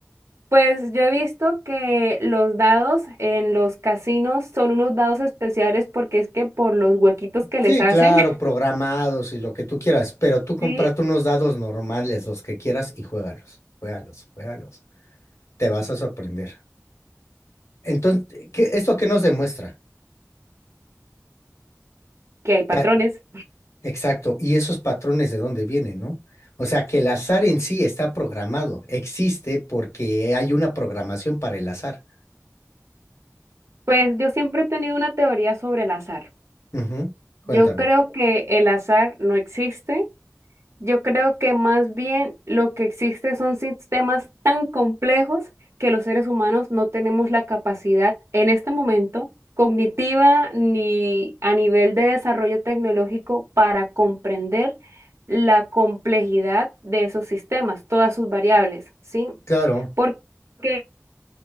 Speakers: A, on the right; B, on the left.
A: Pues yo he visto que los dados en los casinos son unos dados especiales porque es que por los huequitos que les
B: Sí,
A: hacen,
B: claro, programados y lo que tú quieras, pero tú cómprate
A: <laughs> sí,
B: unos dados normales, los que quieras, y juégalos, juégalos, juégalos. Te vas a sorprender. Entonces, ¿qué, esto qué nos demuestra?
A: que hay patrones.
B: Que a- exacto, y esos patrones de dónde vienen, ¿no? O sea, que el azar en sí está programado, existe porque hay una programación para el azar.
A: Pues yo siempre he tenido una teoría sobre el azar.
B: Ujú, Cuéntame.
A: Yo creo que el azar no existe. Yo creo que más bien lo que existe son sistemas tan complejos que los seres humanos no tenemos la capacidad en este momento cognitiva ni a nivel de desarrollo tecnológico para comprender la complejidad de esos sistemas, todas sus variables, ¿sí?
B: Claro,
A: Porque